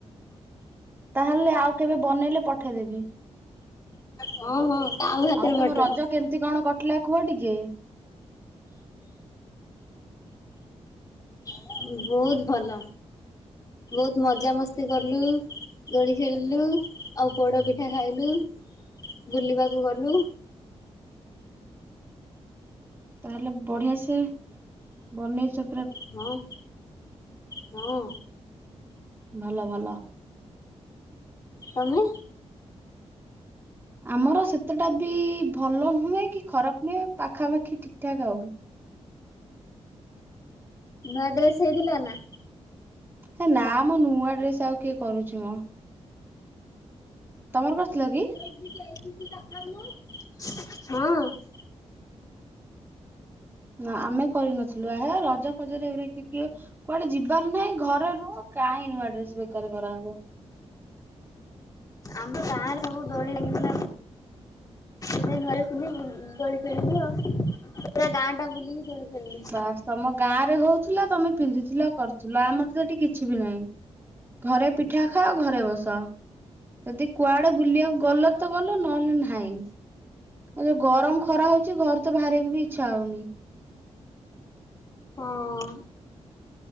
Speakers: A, on the right (about 20°); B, on the left (about 35°).
A: ତାହେଲେ ଆଉ କେବେ ବନେଇଲେ ପଠେଇଦେବି।
B: ହଁ ହଁ। କାଉ ହାତରେ
A: ଆଉ ତମ
B: ପଠେଇବ
A: ରଜ କେମିତି କଣ କଟିଲା କୁହ ଟିକେ?
B: ବହୁତ ଭଲ ବହୁତ ମଜା ମସ୍ତି କଲୁ। ଦୋଳି ଖେଳିଲୁ ଆଉ ପୋଡ଼ ପିଠା ଖାଇଲୁ ବୁଲିବାକୁ ଗଲୁ।
A: ତାହେଲେ ବଢିଆ ସେ ବନେଇଚ
B: ହଁ ହଁ।
A: ଭଲ ଭଲ।
B: ତମେ?
A: ଆମର ସେତେଟା ବି ଭଲ ନୁହେଁ କି ଖରାପ ନୁହେଁ ପାଖାପାଖି ଠିକ୍ ଠାକ୍ ଆଉ।
B: ନୂଆ ଡ୍ରେସ ହେଇଥିଲା ନା?
A: ହେ ନା ମ ନୂଆ ଡ୍ରେସ ଆଉ କିଏ କରୁଚି ମ। ତମର କରିଥିଲ କି?
B: <inaudible> ହଁ।
A: ନା ଆମେ କରିନଥିଲୁ ହେ ରଜ ଫଜରେ ଏଭା କି କିଏ କୁଆଡେ ଯିବାର ନାହିଁ ଘରେ ରୁହ କାଇଁ ନୂଆ ଡ୍ରେସ ବେକାର କରାହବ।
B: ଆମ ଗାଁରେ ସବୁ ଦୋଳି ଲାଗିଥିଲା। ସେ ନୂଆ ଡ୍ରେସ ପିନ୍ଧିବୁ ଦୋଳି ଖେଳିବୁ ଆଉ ପୁରା ଗାଁ ଟା ବୁଲିକି ଦୋଳି ଖେଳିଲୁ।
A: ବାସ୍ ତମ ଗାଁରେ ହୋଉଥିଲା ତମେ ପିନ୍ଧୂଥିଲ କରୁଥିଲ ଆମର ତ ଏଠି କିଛି ବି ନାହିଁ ଘରେ ପିଠା ଖାଅ ଘରେ ବସ। ଯଦି କୁଆଡେ ବୁଲିବାକୁ ଗଲ ତ ଗଲ ନହେଲେ ନାହିଁ ଏ ଯୋଉ ଗରମ ଖରା ହଉଚି ଘରୁ ତ ବାହାରିବାକୁ ବି ଇଚ୍ଛା ହଉନି।
B: ହଁ।